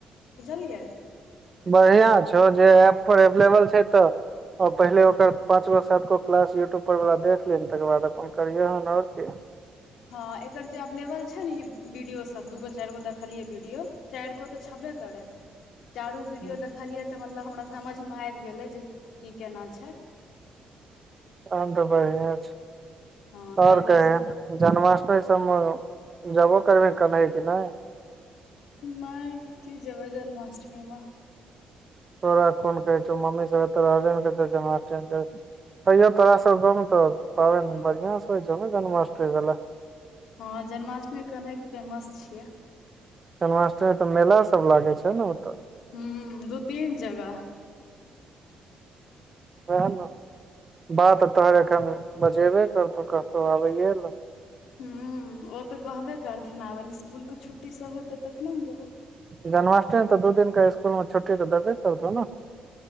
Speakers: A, on the left; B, on the right.
A: बुझलियै
B: बढ़ियाँ छौ जे एप पर एवलेबल छै तऽ औ पहिले ओकर पांचगो सातगो क्लास यूट्यूब पर वला देखलहींन तकर बाद अपन करियौहन आओर की
A: हाँ एकर जे अवलेबल छै ने ई वीडियो सब दूगो चारिगो देखलियै वीडियो चारिगो तऽ छबे करैऽ चारु वीडियो
B: की
A: देखलियै तऽ मतलब हमरा समझमे आबि गेलै जे की केना छै
B: तहन तऽ बढ़िएं छो
A: हँ
B: आओर
A: ताहि दुआरे
B: कहिन
A: सोच
B: जन्माष्टमी सबमे जबो करबहिन कन्है की नहि
A: नहि की जेबै जन्माष्टमीमे
B: तोरा कोन कहै छौ मम्मी सब एत्त रहबे ने करतौ जन्माष्टमी जाबहीं तइयौ तोरा सब गाँवमे तऽ पाबनि बढ़ियाँ सऽ होइ छौ ने जन्माष्टमी वला
A: हाँ जन्माष्टमी कन्हैके तऽ फेमस छियै
B: जन्माष्टमीमे तऽ मेला सभ लागै छै ने ओतऽ
A: हूँ दू तीन जगह
B: वहाए नऽ बाऽ तोहर एखन बजेबे करतौ कहतौ आबै लाऽ
A: हूँ ओ तऽ कहबे करथिन आबै लाऽ इस्कूलके छुट्टी सभ हेतै तखने नऽ जेबै
B: जन्माष्टीमे तऽ दू दिनक इस्कुलमे छुट्टीऽ देबे करतौ ने